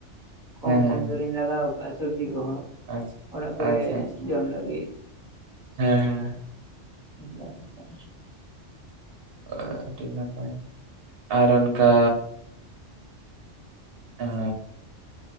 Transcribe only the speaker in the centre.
ᱠᱚᱢ
ᱠᱚᱢ ᱫᱚᱞᱤᱧ
ᱞᱟᱜᱟᱣ ᱠᱟᱜᱼᱟ ᱥᱚᱵᱽᱡᱤ ᱠᱚᱦᱚᱸ᱾
ᱚᱲᱟᱜ ᱠᱚᱨᱮ
ᱡᱚᱢ ᱞᱟᱹᱜᱤᱜ,
ᱚᱝᱠᱟ ᱞᱮᱠᱟ